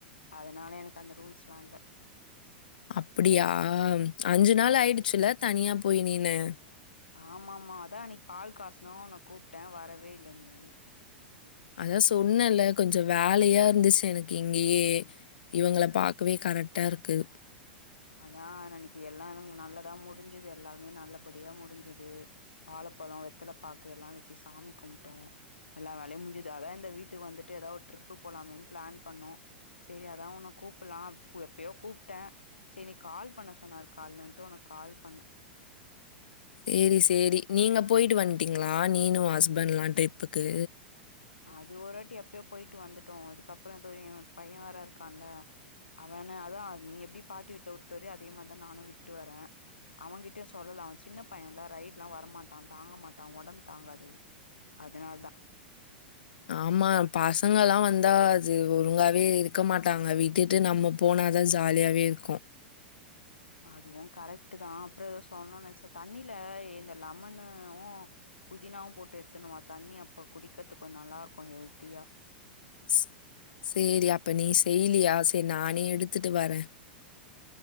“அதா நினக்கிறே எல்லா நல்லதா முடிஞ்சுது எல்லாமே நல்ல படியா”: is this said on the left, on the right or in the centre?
Left